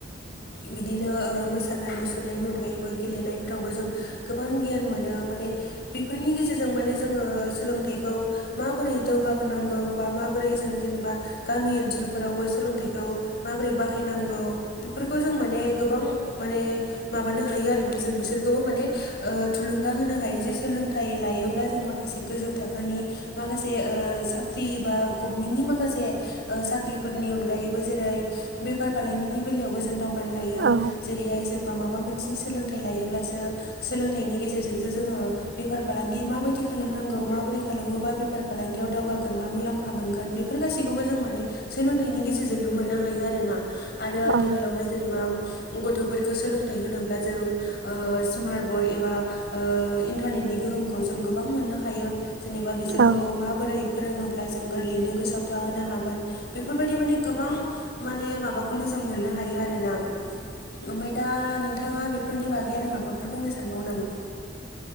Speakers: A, on the left; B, on the right.
A: बिदिनो ओ मो मोसानाय मुसुरनायनि अनगायैबो गेलेनायफोरावबो जों गोबां गियान मोनो माने बेफोरनि गेजेरजों माने जोङो सोलोंथाइखौ माबोरै जौगाहोनांगौ बा माबोरै जों जेनेबा गामि ओनसोलफोरावबो सोलोंथाइखौ माबोरै बाहायनांगौ बेफोरखौ जों माने गोबां माने माबानो हायो आरोना जों बिसोरखौबो माने ओ थुलुंगा होनो हायो जे सोलोंथाइ लायोब्ला जों माखासे गोजौ थाखोनि माखासे साख्रि बा गभमेन्टनि माखासे साख्रिफोरनि अनगायैबो जेरै बेफार फालांगिनि बेलायावबो जों दावगानो हायो
B: औ
A: जेरैहाय जेनेबा माबा मोनसे सोलोंथाय लायोब्लासो‌ सोलोंथाइनि गेजेरजोंसो जोङो बेफार फालांगि माबायदि खालामनांगौ माबोरै खालामोब्ला बेफार फालांगियाव दावगागोन बा मुलाम्फा मोनगोन बेफोर गासैखौबो जों माने सोलोंथाइनि गेजेरजोंनो मोननो हायो आरो ना आरो आथिखालावहाय
B: औ
A: जेनेबा‌ गथ'फोरखौ सोलोंथाइ होनोब्ला जों स्मार्ट बर्ड एबा इन्टारनेटनि गोहोमखौ जों गोबां मोननो हायो जेनेबा बिसोरखौ
B: औ
A: माबोरै फोरोङोब्ला जों गोरलैयैनो गोसोआव थाहोनो हागोन बेफोरबायदि माने गोबां माने माबाखौनो जों मोननो हायो आरो ना ओमफ्राय दा नोंथाङा बेफोरनि बागै आरो माबाफोर बुंनो सानबावो नामा